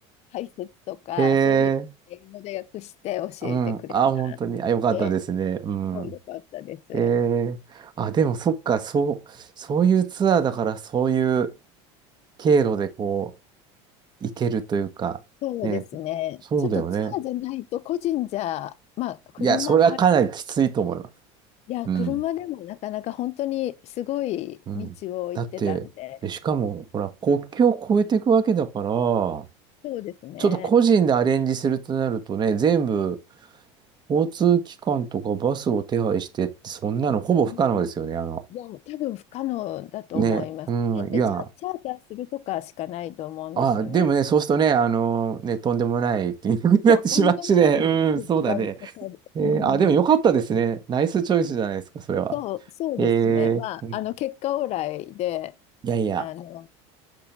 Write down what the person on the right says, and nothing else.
へえ。
うん。あ、本当に。あ、よかったですね。うん。
ええあ、でもそっか、そう、そういうツアーだから、そういう経路でこう、行けるというか、
ね、そうだよね。
いや、それはかなりきついと思います。
うん。
うん。だって、でしかも、ほら、国境を越えていくわけだから、ちょ
っと個人でアレンジするとなるとね、全部、交通機関とかバスを手配してって、そんなのほぼ不可能ですよね。
あの、
ね、うん、
いや、
ああ、でもね、そうするとね、あのね、とんでもない金額になってしまうしね。
<laughs> うん、そうだね。えーあ、
でもよかったですね。ナイスチョイスじゃないですか、それは。
えー、
うん
いやいや。